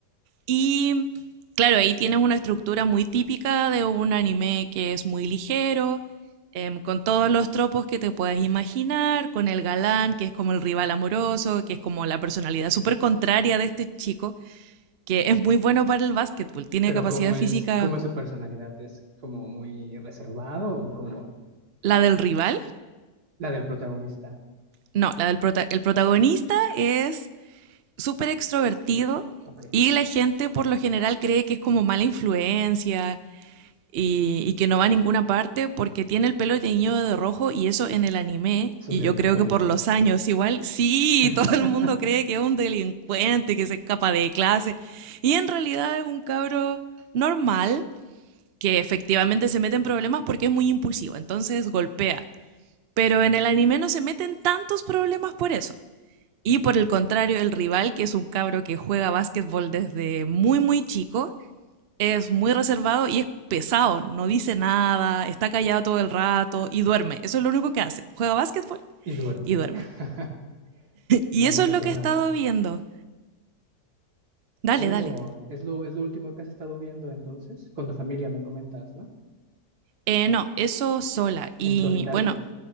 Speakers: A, on the right; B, on the right.
A: y claro, ahí tienes una estructura muy típica de un anime que es muy ligero, em, con todos los tropos que te puedas imaginar, con el galán, que es como el rival amoroso, que es como la personalidad súper contraria de este chico, que es muy bueno para el básquetbol, tiene
B: Pero
A: capacidad
B: ¿cómo es,
A: física,
B: cómo es su personalidad? ¿Es como muy reservado o como
A: la del rival,
B: la del protagonista?
A: no, la del prota- el protagonista es súper extrovertido
B: Ok,
A: y la gente por lo general cree que es como mala influencia, y, y que no va a ninguna parte porque tiene el pelo teñido de rojo y eso en el anime,
B: es
A: y
B: un delincuente.
A: yo creo que por los años igual, sí,
B: <laughs>
A: todo el mundo cree que es un delincuente, que se escapa de clase, y en realidad es un cabro normal que efectivamente se mete en problemas porque es muy impulsivo, entonces golpea. Pero en el anime no se meten tantos problemas por eso. Y por el contrario, el rival, que es un cabro que juega básquetbol desde muy, muy chico, es muy reservado y es pesado, no dice nada, está callado todo el rato y duerme. Eso es lo único que hace. Juega básquetbol
B: Y duerme.
A: y duerme.
B: <laughs>
A: Y
B: No
A: eso
B: me recuerda
A: es lo que he estado
B: a mí.
A: viendo. Dale,
B: Oh,
A: dale.
B: es lo, es lo último que has estado viendo entonces. Con tu familia me comentas, ¿no?
A: Eh, no, eso sola. Y
B: ¿En solitario?
A: bueno,